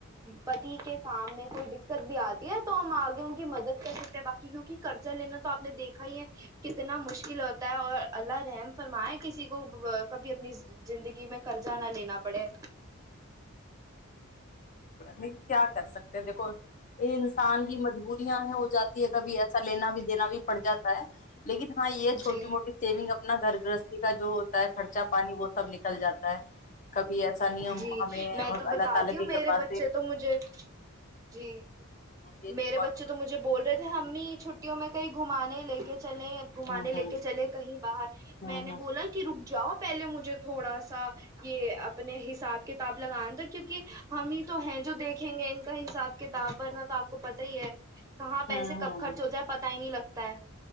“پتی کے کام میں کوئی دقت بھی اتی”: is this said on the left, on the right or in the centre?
Right